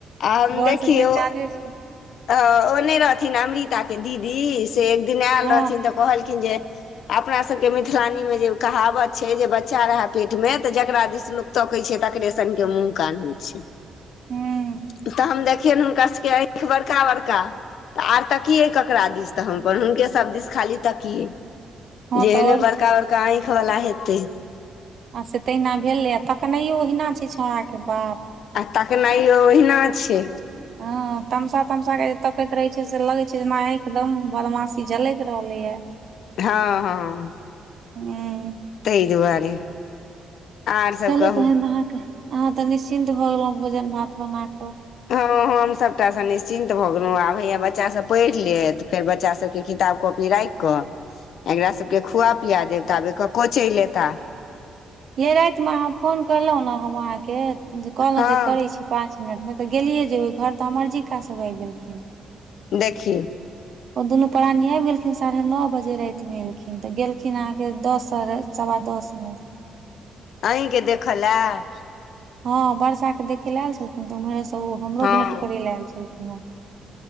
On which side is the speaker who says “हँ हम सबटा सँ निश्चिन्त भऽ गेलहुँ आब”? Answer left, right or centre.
Left